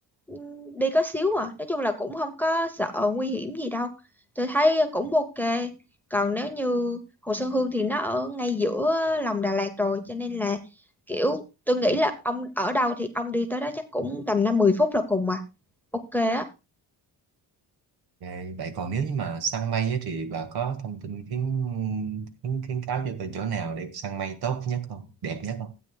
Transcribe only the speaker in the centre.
ừm, đi có xíu à nói chung là cũng không có sợ nguy hiểm gì đâu tôi thấy cũng ok còn nếu như Hồ Sơn Hương thì nó ở ngay giữa lòng Đà Lạt rồi cho nên là kiểu tôi nghĩ là ông ở đâu thì ông đi tới đó chắc cũng tầm năm mười phút là cùng mà ok á